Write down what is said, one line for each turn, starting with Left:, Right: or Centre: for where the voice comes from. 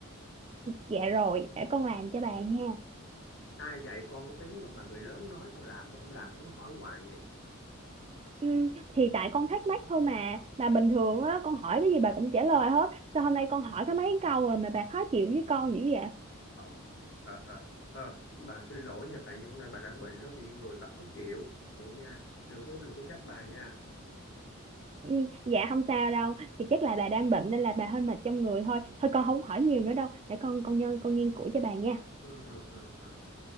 Right: dạ rồi, để con làm cho bà nha.
Left: ai dạy con cái tính mà bà người lớn nói con làm con không làm con cứ hỏi hoài vậy
Right: Ừ, thì tại con thắc mắc thôi mà mà bình thường á con hỏi cái gì bà cũng trả lời hết sao hôm nay con hỏi có mấy câu rồi mà bà khó chịu với con dữ vậy
Left: ờ ờ ờ ờ bà xin lỗi nha tại vì hôm nay bà đang bệnh đó thì người bà khó chịu vậy nha đừng có đừng có trách bà nha
Right: ừ, dạ không sao đâu thì chắc là bà đang bệnh nên là bà hơi mệt trong người thôi thôi con không hỏi nhiều nữa đâu để con con nhân con nghiên cứu cho bà nha
Left: ừ ừ ừ ừ